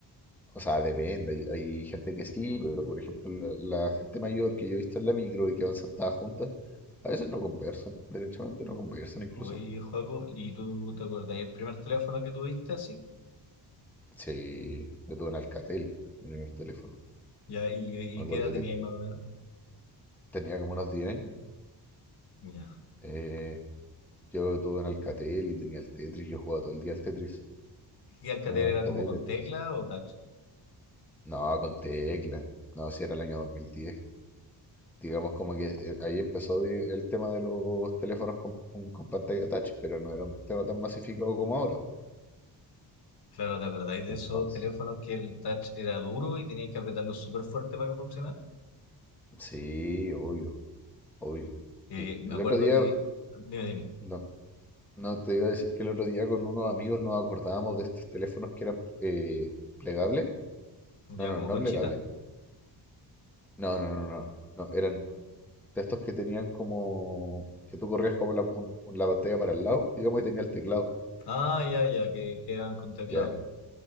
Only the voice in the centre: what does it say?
o sea, depende. Hay, hay gente que sí, pero por ejemplo, la, la gente mayor que yo he visto en la micro y que van sentadas juntas, a veces no conversan, derechamente no conversan incluso.
Sí, yo tuve un Alcatel, mi primer teléfono.
Me
acuerdo
que
tenía como unos 10 años.
eh, yo tuve un Alcatel y tenía el Tetris. Yo jugaba todo el día al Tetris
en el Alcatel,
entonces.
No, con tecla. No, si era el año 2010. Digamos como que eh, ahí empezó de- el tema de los teléfonos con, un- con pantalla touch, pero no era un tema tan masificado como ahora.
Entonces,
sí, obvio, obvio.
Eh, El
otro día,
no, No, te iba a decir que el otro día con unos amigos nos acordábamos de estos teléfonos que eran eh, plegables. No,
no,
no
plegables. No, no, no, no. No, eran de estos que tenían como... que tú corrías como la, un- un- la pantalla para el lado, digamos, y tenía el teclado.
Ya.